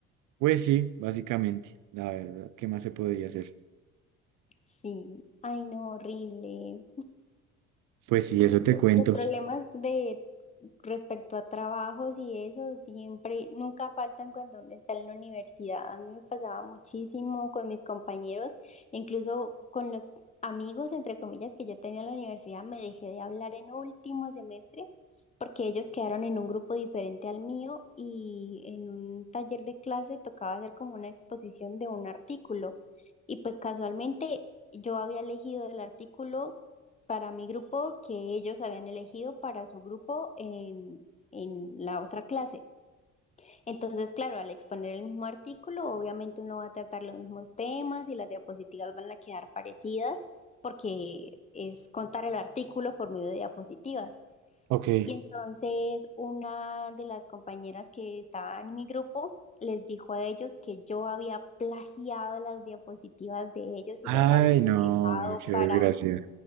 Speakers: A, on the right; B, on the left.
A: Pues sí, básicamente, la verdad, ¿qué más se podría hacer?
B: Sí, ay no, horrible.
A: Pues sí, eso te cuento.
B: Los problemas de respecto a trabajos y eso siempre, nunca faltan cuando uno está en la universidad. A mí me pasaba muchísimo con mis compañeros, incluso con los amigos, entre comillas, que yo tenía en la universidad, me dejé de hablar en último semestre porque ellos quedaron en un grupo diferente al mío y en un taller de clase tocaba hacer como una exposición de un artículo. Y pues casualmente yo había elegido el artículo para mi grupo que ellos habían elegido para su grupo en, en la otra clase. Entonces, claro, al exponer el mismo artículo, obviamente uno va a tratar los mismos temas y las diapositivas van a quedar parecidas porque es contar el artículo por medio de diapositivas.
A: Ok.
B: Y entonces una de las compañeras que estaba en mi grupo les dijo a ellos que yo había plagiado las diapositivas de ellos
A: Ay,
B: y las había
A: no,
B: utilizado
A: muchas
B: para
A: gracias.